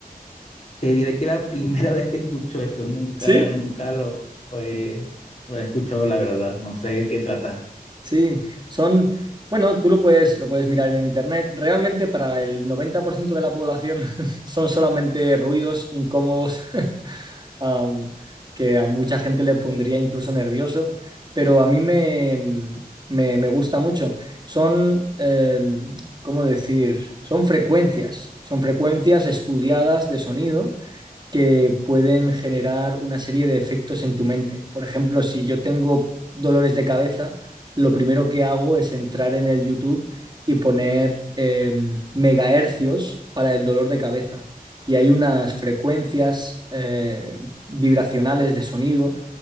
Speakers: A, on the left; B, on the right.
A: Te diré que la primera vez que escucho eso, nunca,
B: ¿Sí?
A: nunca lo, lo he, lo he escuchado, la verdad. No sé de qué trata.
B: Sí, son, bueno, tú lo puedes, lo puedes mirar en internet. Realmente para el 90% de la población <laughs> son solamente ruidos incómodos <laughs> am, que a mucha gente le pondría incluso nervioso, pero a mí me, me, me gusta mucho. Son, em, ¿cómo decir? Son frecuencias, son frecuencias estudiadas de sonido que pueden generar una serie de efectos en tu mente. Por ejemplo, si yo tengo dolores de cabeza, lo primero que hago es entrar en el YouTube y poner eh, megahercios para el dolor de cabeza. Y hay unas frecuencias eh, vibracionales de sonido